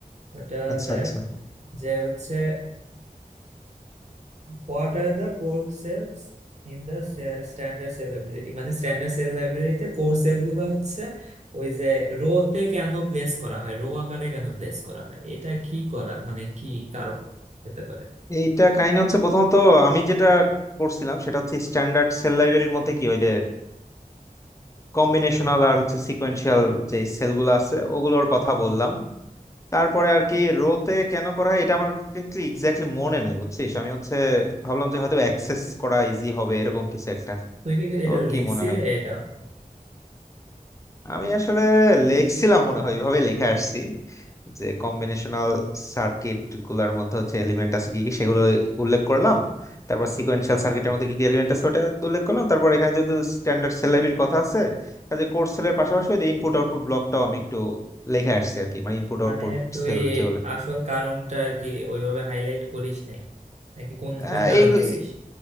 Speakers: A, on the right; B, on the left.
A: ওটা
B: আচ্ছা
A: দেখ
B: আচ্ছা
A: যে হচ্ছে what are the core cells in the standard cell library মানে স্ট্যান্ডার্ড সেল লাইব্রেরিতে কোর সেল গুলো হচ্ছে ওই যে রো তে কেন প্লেস করা হয় রো আকারে কেন প্লেস করা হয় এটা কি করা মানে কি কারণ হতে পারে
B: এইটা কাহিনী হচ্ছে প্রথমত আমি যেটা করছিলাম সেটা হচ্ছে স্ট্যান্ডার্ড সেল লাইব্রেরির মধ্যে কি ওই যে কম্বিনেশনাল আর হচ্ছে সিকোয়েন্সিয়াল যে সেলগুলো আছে ওগুলোর কথা বললাম তারপরে আর কি রোতে কেন করা হয় এটা আমার এক্স্যাক্টলি মনে নাই বুঝছিস আমি হচ্ছে ভাবলাম যে হয়তো অ্যাক্সেস করা ইজি হবে এরকম কিছু একটা
A: তুই কি এটা
B: তোর কি
A: লিখছিলে
B: মনে হয়
A: এটা
B: আমি আসলে লেখছিলাম মনে হয় এইভাবে লিখে আসছি যে কম্বিনেশনাল সার্কিট গুলার মধ্যে হচ্ছে এলিমেন্ট আছে কি কি সেগুলো উল্লেখ করলাম তারপর সিকোয়েন্সিয়াল সার্কিটের মধ্যে কি কি এলিমেন্ট আছে ওটা উল্লেখ করলাম তারপর এখানে যেহেতু স্ট্যান্ডার্ড সেল লাইব্রেরির কথা আছে কাজে কোর্স সেলের পাশাপাশি ওই ইনপুট আউটপুট ব্লকটাও আমি একটু লিখে আসছি আর কি মানে ইনপুট
A: মানে
B: আউটপুট
A: তুই
B: সেল যেগুলো
A: আসল কারণটা আর কি ওইভাবে হাইলাইট করিস নাই নাকি কোন
B: আহ,
A: কোন
B: এইগু-
A: কারণ দিছিস